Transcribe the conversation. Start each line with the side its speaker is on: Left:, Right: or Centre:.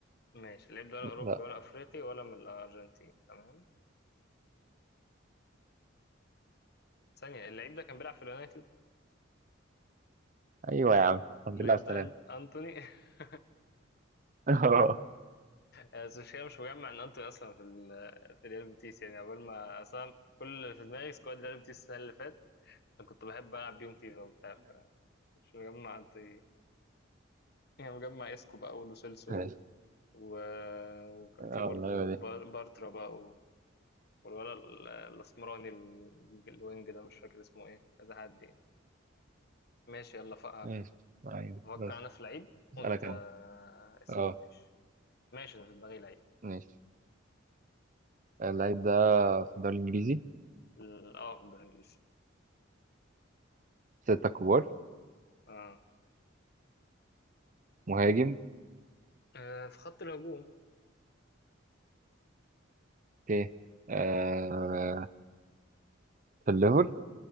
Left: ماشي اللعيب ده ولا اوروبي
Right: لا
Left: ولا افريقي ولا من الارجنتين تمام ثانية اللعيب ده كان بيلعب في اليونايتد
Right: ايوه يا عم الحمد
Left: اللعيب
Right: لله على السلامه
Left: ده أنت... انتوني <laughs>
Right: <laughs> اه
Left: بس مش مش مجمع ان انتوني اصلا في ال... في ريال بيتيس يعني عقبال ما اصلا كل اللي في دماغي سكواد ريال بيتيس السنة اللي فاتت انا كنت بحب العب بيهم فيفا وبتاع مش مجمع انتوني <laughs> يعني مجمع اسكو بقى ولوسيلسو
Right: ماشي
Left: و... وكان
Right: اه
Left: في برضو
Right: والله هو
Left: بار...
Right: دي
Left: بارترا بقى والولا ال- الاسمراني ال- الوينج ده مش فاكر اسمه ايه كذا حد يعني ماشي يلا ف-
Right: ماشي ايوه
Left: افكر
Right: بس
Left: انا في لعيب وانت
Right: اسالك انا
Left: آه، اسأل
Right: اه
Left: ماشي ماشي انا في دماغي لعيب
Right: ماشي اللعيب ده في الدوري الانجليزي
Left: ال- اه في الدوري الانجليزي
Right: ستة كبار
Left: اه
Right: مهاجم
Left: آه، في خط الهجوم
Right: اوكي آه في الليفر